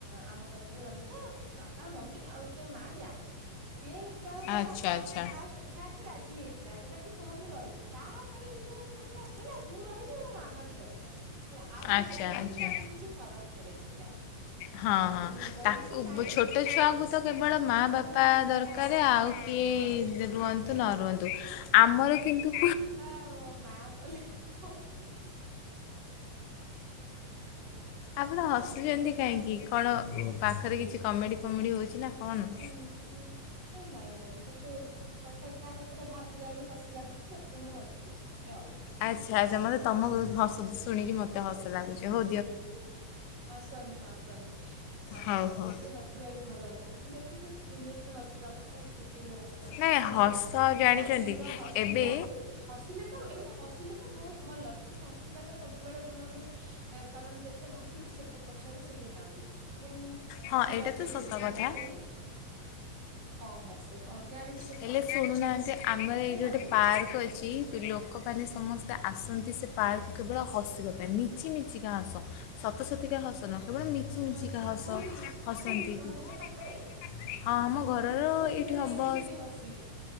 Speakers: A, on the right (about 50°); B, on the left (about 80°).
A: ଆମ କ ରହିଜା ବାପା ମମି ଆଉ ତୋ ମା ଯାଆନ୍ତୁ ସିଏ ତାର କହିଲା
B: ଆଚ୍ଛା ଆଚ୍ଛା
A: ଫାଷ୍ଟ ଫାଷ୍ଟ ରାଜି ହେଇଥିଲା କହିଲା କି ହଁ ମୁଁ ରହିବି ତାପରେ ଇଏକଲା କହିଲା ମୁଁ ରହିବି। ମୋ ମାମା ବି ରହିବ ହେଲା ଆଉ
B: ଆଚ୍ଛା
A: ଯିଏ ଯାଉଛନ୍ତି
B: ଆଚ୍ଛା
A: ତାକୁ କିଛି ଫରକ ପଡେନି ହେଲା।
B: ହଁ ହଁ।
A: ତ ମୁଁ କହିଲି
B: ତାକୁ
A: କି ନାଇଁ
B: ଛୋଟ ଛୁଆଙ୍କୁ ତ କେବଳ ମାଆ
A: ହଁ
B: ବାପା
A: ହଁ
B: ଦରକାରେ
A: ହଁ
B: ଆଉ କିଏ
A: ହଁ
B: ରୁହନ୍ତୁ
A: ସେଇ
B: ନ ରୁହନ୍ତୁ ଆମର କିନ୍ତୁ
A: ବା ମା କଲେ ହବ।
B: ଆପଣ ହସୁଛନ୍ତି
A: ବାପାବି
B: କାହିଁକି କଣ ପାଖରେ କିଛି କମେଡି ଫମେଡି ହଉଚି ନା କଣ?
A: ହଁ ନାଇଁ ନାଇଁ ମତେ କଥା ତା କଥା ସେଇଟା ଭାବିଲାବେଳୁ ହସ ଲାଗୁଛି ସେପାଇଁ ମୁଁ ହସୁଚି ଟିକେ ଆଉ।
B: ଆଚ୍ଛା ଆଚ୍ଛା ମୋତେ ତମକୁ ହସ ଶୁଣିକି ମ ହସ ଲାଗୁଛି ହୋଉ।
A: ହସନି ହସନି ବେଶୀ ହସ
B: ହଉ ହଉ
A: ବେଶି ହସ ଭଲ କଥା ଯେତିକି ଲିମିଟ୍ ହସ ବା କଥା ଛୁଟିକିରେ ହସିବା କଥା
B: ନାଇଁ
A: ମାନେ
B: ହସ ଜାଣିଛନ୍ତି
A: ଅଧିକ ହସିବା
B: ଏବେ
A: ଠି ହସିଲେ ତ ଏଇଗୁଣା ହସିଲେ ତ ବହୁତ ଭଲ କିନ୍ତୁ ହସିବାଟା ସବୁବେଳେ ଭଲ ନୁହେଁ। କାରଣ ଯେତେ ହସିବୁ ସେତେ ପଛରେ ସେତେ କାନ୍ଦିବୁ ସେଥିପାଇଁ ମୁଁ
B: ହଁ
A: ହସିବା
B: ଏଇଟା
A: ବି
B: ତ ସତ
A: ବେଶୀ
B: କଥା
A: ହସେନି କମ୍ ହସେ କ ଜାଣି
B: ହେଲେ ଶୁଣୁନାହାନ୍ତି ଆମର ଏଇ ଗୋଟେ
A: କାନ୍ଦିବୁ
B: ପାର୍କ
A: ସେଥିପାଇଁ
B: ଅଛିିଲୋ ଲୋକମାନେ ସମସ୍ତେ ଆସନ୍ତି ସେ ପାର୍କୁ କେବଳ ହସିବା ପାଇଁ ମିଛି ମିଛିିକା ହସ ସତସତିକା ହସ ନୁହ କେବଳ ମିଛିମିଛିକା
A: ମୁଁ ଆଚ୍ଛା
B: ହସ
A: କୋଉଠି
B: ହସନ୍ତି।
A: କୋଉଠି ତମ
B: <inaudible>
A: ଘର ପାଖରେ
B: ହଁ ଆମ ଘରର
A: ମୁଁ ମୁଁ ଦିନେ
B: ଏଇଠି ହବ
A: ଯାଇକି ସେଇଠି ହସିବି